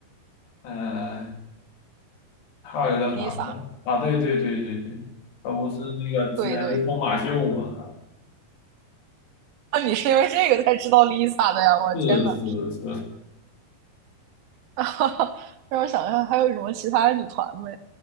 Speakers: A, on the left (about 80°); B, on the right (about 75°).
A: 呃还有一个啥呢？
B: ？Lisa，Lisa，
A: 啊，对对对对对，他不是那个之前去疯马秀吗？
B: 对对，啊，你是因为这个才知道 Lisa 的呀！我的天呐！
A: 是是是，
B: 哎，<laughs> 让我想一下，还有什么其他的女团没？